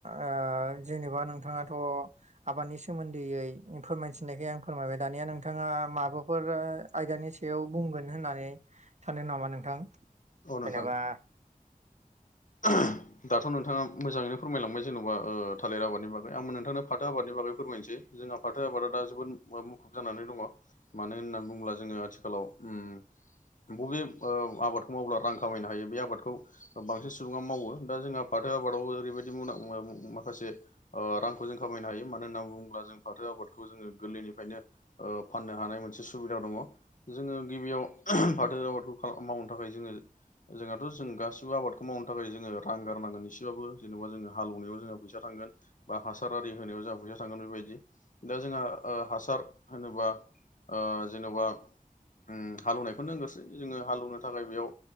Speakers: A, on the right; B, on the left.
A: ओ जेनेबा नोंथांङाथ' आबादनि सोमोन्दैयै फोरमायथिननायखाय आं फोरमायबाय दानिया नोंथांङा माबाफोर आयदानि सायाव बुंगोन होननानै सानदों नामा नोंथां?
B: औ नोंथां
A: जेनेबा
B: <unintelligible> दाथ' नोंथाङा मोजाङैनो फोरमायलांबाय जेन'बा ओ थालिर आबादनि बागै आंबो नोंथांनो फाथो आबादनि बागै फोरमायनोसै जोंहा फाथो आबादा दा जोबोद मुखुब जानानै दङ मानो होननानै बुङोब्ला जोङो आथिखालाव उम बबे ओ आबादखौ मावब्ला रां खामायनो हायो बे आबादखौ बांसिन सु सुबुङा मावो दा जोंहा फाथो आबादावबो ओरैबायदि म माखासे ओ रांखौ जों खामायनो हायो मानो होनना बुङोब्ला जों फाथो आबादखौ जोङो गोरलैनिफ्रायनो ओ फाननो हानाय मोनसे सुबिदा दङ जोङो गिबियाव फाथो आबादखौ खा-मावनो थाखाय जोङो जोंहाथ' जों गासिबो आबादखौ खोम मावनो थाखाय जोङो रां गारनांगोन एसेबाबो जेनेबा जोङो हाल एवनायाव जोङो फैसा थांगोन। बा हासार आरि होनायाव जा फैसा थांगोन बेबायदि दा जोंहा हासार होनोबा ओ जेन'बा उम हाल एवनायखौनो होनग्रोसै जोङो हाल‌ एवनो थाखाय बेयाव